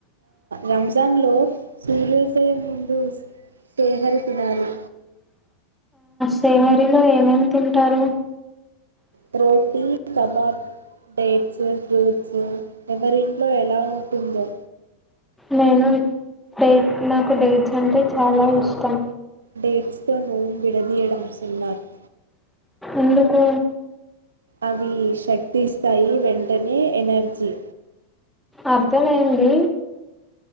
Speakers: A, on the right; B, in the centre.
A: రంజాన్లో సూర్యోదయం ముందు శేహరి తినాలి
B: శేహరిలో ఏమేమి తింటారు
A: ప్రోటీన్ కబాబ్ డేట్స్ ఫ్రూట్స్ ఎవరింట్లో ఎలా ఉంటుందో
B: నేను డేట్ నాకు డేట్స్ అంటే చాలా ఇష్టం
A: డేట్స్ తోను విడదీయడం సున్నాత్
B: ఎందుకు
A: అవి శక్తి ఇస్తాయి వెంటనే ఎనర్జీ
B: అర్థంయంది